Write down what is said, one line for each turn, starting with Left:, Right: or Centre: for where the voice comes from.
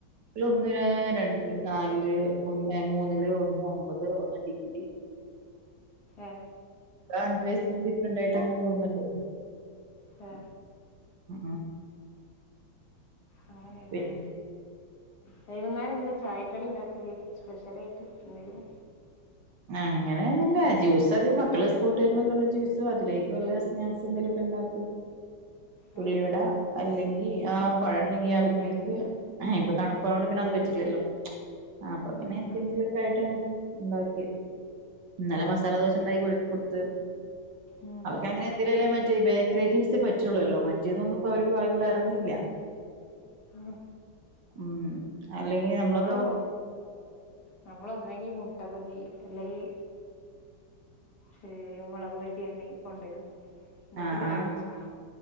Right: ഒന്ന് രണ്ടില് നാലില് ഒന്ന് മൂന്നില് ഒന്ന് ഒമ്പത് ഒന്ന് ഡിഗ്രി.
Left: ഏ
Right: അഞ്ചു വയസ്സിന് ഡിഫറന്റ് ആയിട്ട് അങ്ങനെ പോകുന്നുണ്ട്.
Left: ഏ
Right: ആ
Left: അങ്ങനെയാണല്ലേ
Right: പിന്ന
Left: വൈകുന്നേരം എന്താ ചായക്കടി ഉണ്ടാക്കല്? സ്പെഷ്യൽ ആയിട്ട് എന്തെങ്കില്?
Right: അങ്ങനെയൊന്നൂല്ല. ജ്യൂസധികം മക്കള് സ്ൂട വരുമ്പോൾ വല്ല ജൂസ് അതിലേക്ക് വല്ല സ്നാക്സ് എന്തങ്കലൊക്കെ ഉണ്ടും
Left: അതെ
Right: ഉള്ളിവട അല്ലെങ്കിൽ ആ പഴം ഉണ്ടെങ്കി അവൽമിൽക്ക്. ഇപ്പൊ തണുപ്പായതോണ്ട് പിന്നെ പറ്റില്ലല്ലോ. അപ്പൊ പിന്നെ
Left: ഉം
Right: എന്തെങ്കിലും ക്കായിട്ട് ഉണ്ടാക്കി. ഇന്നല്ല
Left: ഉം
Right: മസാല ദോശ ഉണ്ടാക്കി കൊടുത്ത്
Left: ഉം
Right: അവർക്ക് അങ്ങനെ എന്തേലല്ലേ മറ്റേ ബേക്കറി ഐറ്റംസേ പറ്റൂള്ളല്ലോ. മറ്റേതൊന്നും അവർക്ക് വായിലൂടെ എറങ്ങില്ല.
Left: ഉം
Right: ഉം അല്ലെങ്കി നമ്മള്
Left: <unintelligible> നമ്മളൊന്നെങ്കി മുട്ട പതി അല്ലെങ്കി ശരി. മുളക് എന്തേലും കൊണ്ടുവരും എന്നിട്ട്
Right: ആ
Left: ചായ
Right: ആ
Left: കുടിച്ചും